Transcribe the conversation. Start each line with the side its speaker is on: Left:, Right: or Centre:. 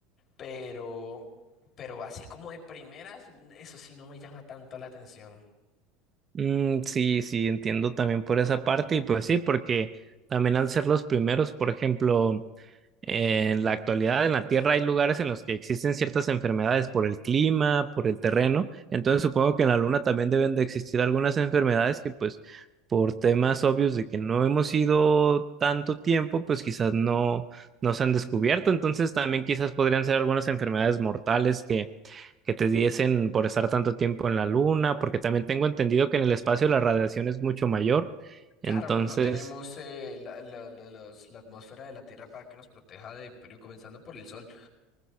Left: pero, pero así como de primeras, n- eso sí no me llama tanto la atención.
Right: Mm, sí, sí, entiendo también por esa parte y pues sí, porque también al ser los primeros, por ejemplo, En la actualidad en la Tierra hay lugares en los que existen ciertas enfermedades por el clima, por el terreno. Entonces supongo que en la Luna también deben de existir algunas enfermedades que pues por temas obvios de que no hemos ido tanto tiempo, pues quizás no, no se han descubierto. Entonces también quizás podrían ser algunas enfermedades mortales que, que te diesen por estar tanto tiempo en la Luna, porque también tengo entendido que en el espacio la radiación es mucho mayor.
Left: Claro,
Right: Entonces...
Left: no tenemos eh, la, la- la- los- la atmósfera de la Tierra para que nos proteja de, pero comenzando por el sol.